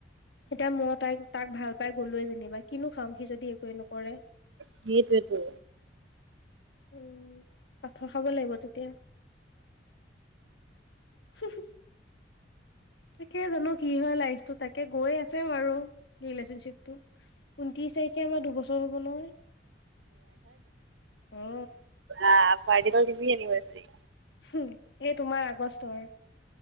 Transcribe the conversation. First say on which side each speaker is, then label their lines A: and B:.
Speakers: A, on the left (about 70°); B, on the right (about 85°).
A: এতিয়া মই তাইক তাক ভাল পাই গলোৱে যেনিবা কিনো খাাম সি যদি একোৱে নকৰে।
B: সেইটোৱেতো।
A: উম পাঠৰ খাব লাগিব তেতিয়া। হি হুম তাকে জানো কি হয় লাইফ। টো তাকে গৈ আছে বাৰু ৰিলেচনশ্বিপ টো। ঊনত্ৰিশ তাৰিখে আমাৰ দুবছৰ হ'ব নহয় অ।
B: আহ পাৰ্টি ত দিবি এনিভাৰচিৰি।
A: হুম এই তোমাৰ আগষ্টৰ